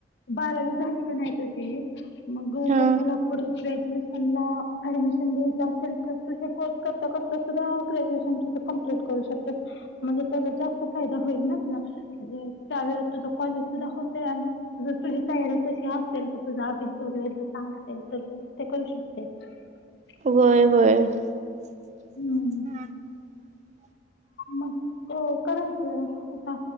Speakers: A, on the left; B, on the right.
A: बारावी झाली का नाही तुझी, मग
B: हा
A: जर तुला पुढे ग्रॅज्युएशन ला ऍडमिशन द्यायच, असेल तर तु करता करता सुद्धा ग्रॅज्युएशन कमप्लीट करू शकते, म्हणजे त्याचा जास्त फायदा होईलना, म्हणे त्या वळेस तुझं कॉलेज सुद्धा होते आणि. जर तुझी तयारी तशी असेल, तर तुझा अभ्यास वगैरे तसा असेल तर तू ते करू शकतेस. <unintelligible>
B: होय होय. हा.
A: हम्म. मग त करायचं आता,